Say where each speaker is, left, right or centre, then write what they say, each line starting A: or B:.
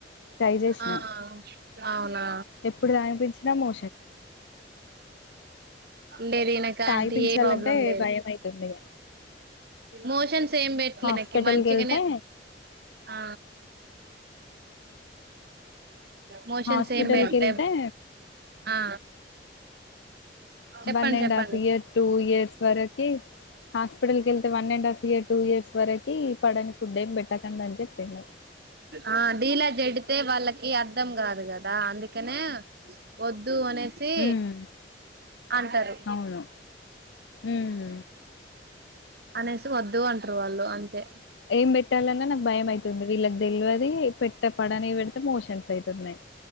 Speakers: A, on the left; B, on the right.
A: ట్రై చేసినా
B: ఆ అవునా
A: ఎప్పుడు దానిపించినా మో
B: లేదు ఈనక
A: తాగిపించాలంటే
B: అంట ఏ ప్రాబ్లం లేదు
A: భయం అయితుంది ఇగ
B: మోషన్స్ ఏం పెట్టలేనకి
A: హాస్పిటల్కి
B: మంచిగానే
A: వెళ్తే
B: ఆ మోషన్
A: హాస్పిటల్కి
B: సేమ్ పెట్ట
A: వెళ్తే
B: ఆ చెప్పండి
A: వన్ అండ్
B: చెప్పండి
A: హాఫ్ ఇయర్ టూ ఇయర్స్ వరకి హాస్పిటల్ క వెళ్తే one and half year two years వరకు పడని ఫుడ్ ఏమి పెట్టకండా అని చెప్పిడు
B: ఆ ఢీలా చెడితే వాళ్ళకి అర్థం కాదు కదా అందుకనే వద్ దూ అనేసి
A: ఉమ్
B: అంటారు
A: అవును ఉమ్
B: అనేసి వద్దు అంటారు వాళ్ళు అంతే
A: ఏం పెట్టాలన్నా నాకు భయం అయితుంది వీళ్ళకి తెలియది పెట్ట పడనివి పెడితే మోషన్స్ అవుతున్నాయి